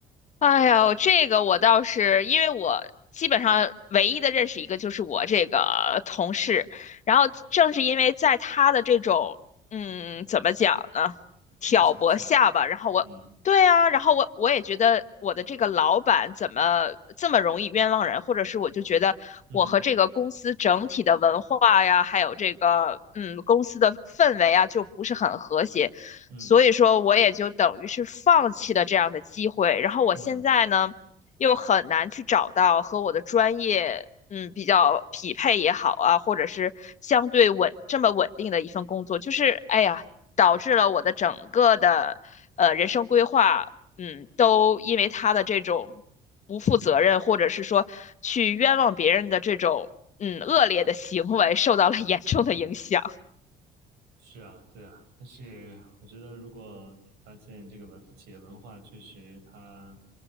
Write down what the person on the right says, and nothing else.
影响下？
嗯
嗯
嗯
嗯
是啊，对啊，但是我觉得，如果你发现这个文企业文化确实它，